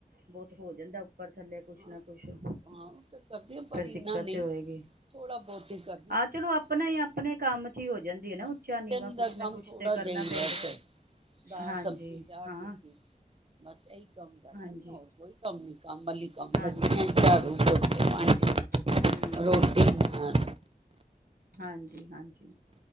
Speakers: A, on the right; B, on the right.
A: ਬਹੁਤ ਹੋ ਜਾਂਦਾ ਉਪਰ ਥੱਲੇ ਕੁਛ
B: ਹਾਂ
A: ਨਾ ਕੁਛ, ਹੂੰ
B: ਹਾਂ ਤੇ ਕਰਦੀ ਹਾਂ ਪਰ
A: ਫੇਰ
B: ਇੰਨਾ
A: ਦਿੱਕਤ
B: ਨਹੀਂ
A: ਤੇ ਹੋਏਗੀ।
B: ਥੋੜਾ ਬਹੁਤ ਹੀ ਕਰਦੀ
A: ਆਹ
B: ਹਾਂ ਕਿਚਨ
A: ਚਲੋ ਆਪਣਾ ਹੀ ਆਪਣੇ ਕੰਮ ਚ ਹੀ ਹੋ ਜਾਂਦੀ ਹੈ ਨਾ
B: ਬਸ
A: ਉੱਚਾ-ਨੀਵਾਂ
B: ਕਿਚਨ
A: ਕੁਛ
B: ਦਾ
A: ਨਾ
B: ਕੰਮ
A: ਕੁਛ
B: ਥੋੜਾ
A: ਤੇ ਕਰਨਾ
B: ਜਿਹਾ ਹੀ
A: ਪੈਂਦਾ।
B: ਵੈਸੇ ਦਾਲ
A: ਹਾਂਜੀ
B: ਸਬਜ਼ੀ ਚਾੜ
A: ਹਾਂ
B: ਦਿੱਤੀ, ਬਸ ਤੇ ਇੱਕ ਕੰਮ ਕਰ
A: ਹਾਂਜੀ
B: ਲੈਨੀ ਆ ਹੋਰ ਕੋਈ ਕੰਮ ਨੀ ਕੰਮ ਵਾਲੀ ਕੰਮ
A: ਹਾਂਜੀ
B: ਲੱਗੇ ਨੇ ਝਾੜੂ, ਪੋਚੇ, ਭਾਂਡੇ
A: ਹਮ
B: ਰੋਟੀ ਨਾਲ
A: ਹਾਂਜੀ-ਹਾਂਜੀ